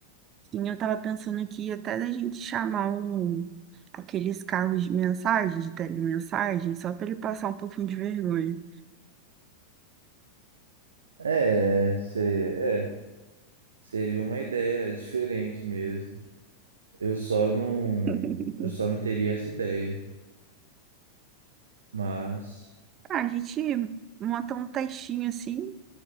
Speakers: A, on the right (about 30°); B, on the right (about 70°).
A: sim, eu tava pensando aqui até da gente chamar um, aqueles carros de mensagem, de telemensagem, só para ele passar um pouquinho de vergonha.
B: É, se- é, seria uma ideia diferente mesmo. Eu só não,
A: <laughs>
B: eu só não teria essa ideia, mas
A: Ah, a gente monta um textinho assim,